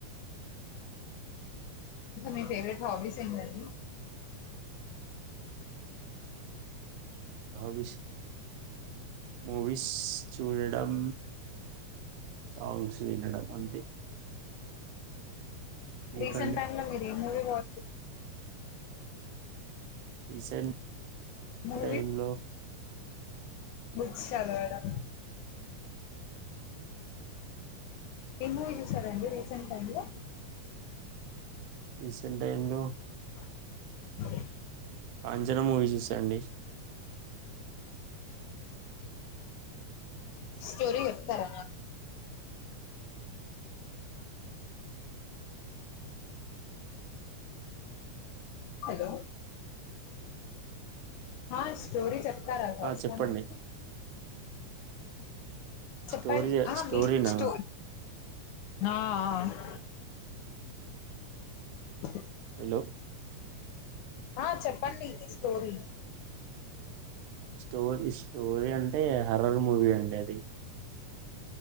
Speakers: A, on the left; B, on the right.
A: ఇంకా మీ ఫేవరెట్ హాబీస్ ఏంటండి
B: హాబిస్ మూవీస్ చూడడం సాంగ్స్ వినడం అంతే మీకండి
A: రీసెంట్ టైమ్లో మీరు ఏ మూవీ వాచ్
B: రీసెంట్
A: మూవీస్
B: టైమ్లో
A: బాక్స్ చదవడం ఏ మూవీ చూశారండీ రీసెంట్ టైంలో
B: రీసెంట్ టైమ్ లో
A: <inaudible>
B: కాంచన మూవీ చూసాండి
A: <inaudible> స్టోరీ చెప్తారా హలో ఆ స్టోరీ చెప్తారా కాస్తా
B: ఆ చెప్పండి
A: నాకు చెప్పండ్
B: స్టోరీ
A: ఆ
B: స్టోరీనా
A: మీ స్టో హ హ <inaudible>
B: హలో
A: ఆ చెప్పండి స్టోరీ
B: స్టోరీ స్టోరీ అంటే హర్రర్ మూవీ అండి అది